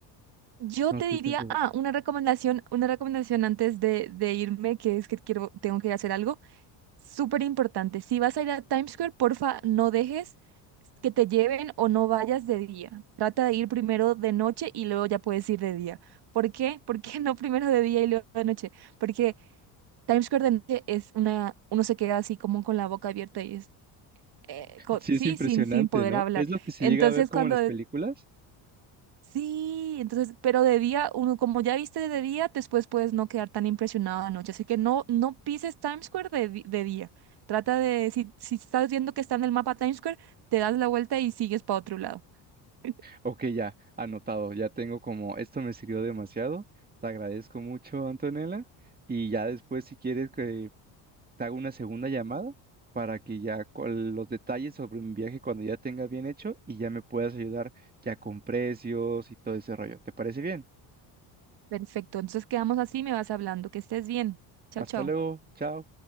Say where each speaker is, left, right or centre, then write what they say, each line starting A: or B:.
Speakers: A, on the right; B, on the right.
A: Yo
B: no
A: te
B: estoy
A: diría,
B: tan seguro.
A: ah, una recomendación, una recomendación antes de, de irme, que es que quiero, tengo que ir a hacer algo. Súper importante. Si vas a ir a Times Square, porfa, no dejes que te lleven o no vayas de día. Trata de ir primero de noche y luego ya puedes ir de día. ¿Por qué? ¿Por qué <laughs> no primero de día y luego de noche? Porque Times Square de noche es una, uno se queda así como con la boca abierta y es, eh, co-
B: Sí,
A: sí,
B: es impresionante,
A: sin, sin poder
B: ¿no?
A: hablar.
B: ¿Es lo que se
A: Entonces,
B: llega a ver como
A: cuando
B: en las películas?
A: Sí, entonces, pero de día, uno, como ya viste de día, después puedes no quedar tan impresionado de noche. Así que no, no pises Times Square de, di- de día. Trata de, si, si estás viendo que está en el mapa Times Square, te das la vuelta y sigues para otro lado. <laughs>
B: Ok, ya, anotado, ya tengo como, esto me sirvió demasiado, te agradezco mucho, Antonella, y ya después si quieres que te haga una segunda llamada para que ya con los detalles sobre mi viaje cuando ya tenga bien hecho y ya me puedas ayudar ya con precios y todo ese rollo. ¿Te parece bien?
A: Perfecto, entonces quedamos así, me vas hablando. Que estés bien. Chao,
B: Hasta
A: chao.
B: luego, chao.